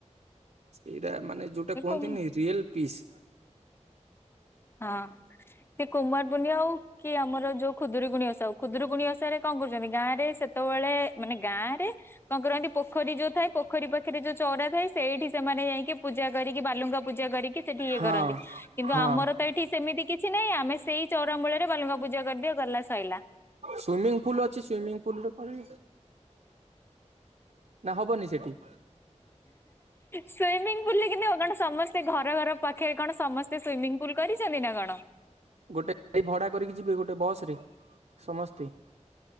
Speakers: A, on the right; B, on the left.
A: ଏଇଟା ମାନେ ଯୋଉଟା
B: ଏ
A: କୁହନ୍ତିନି
B: କୁମ୍
A: ରିଏଲ ପିସ୍।
B: ହଁ ସେ କୁମାର ପୁନିଆ ଆଉ କି ଆମର ଯୋଉ ଖୁଦୁରୁକୁଣି ଓଷାକୁ ଖୁଦୁରୁକୁଣି ଓଷାରେ କଣ କରୁଛନ୍ତି ଗାଁରେ ସେତେବେଳେ ମାନେ ଗାଁ ରେ କଣ କରନ୍ତି? ପୋଖରୀ ଯୋଉ ଥା ପୋଖରୀ ପାଖରେ ଯୋଉ ଚଉରା ଥାଏ ସେଇଠି ସେମାନେ ଯାଇକି ପୂଜା କରିକି ବାଲୁଙ୍କା ପୂଜା କରିକି ସେଠି ଇଏ
A: ହଁ
B: କରନ୍ତି। କିନ୍ତୁ
A: ହଁ
B: ଆମର ତ ଏଠି ସେମିତି କିଛି ନାହିଁ ଆମେ ସେଇ ଚଉରା ମୂଳରେ ବାଲୁଙ୍ଗା ପୂଜା କରିଦିଅ ଗଲା ଶଇଲା।
A: ସୁଇମିଂ ପୁଲ ଅଛି ସୁଇମିଂ ପୁଲରେ କଣ ନା ହବନି ସେଠି?
B: ସୁଇମିଙ୍ଗ ପୁଲରେ କିନ୍ତୁ କଣ ସମସ୍ତେ ଘର ଘର ପାଖରେ କଣ ସମସ୍ତେ ସୁଇମିଂ ପୁଲ କରିଛନ୍ତି ନା କଣ?
A: ଗୋଟେ ଗାଡି ଭଡା କରିକି ଯିବେ ଗୋଟେ ବସ ରେ ସମସ୍ତେ।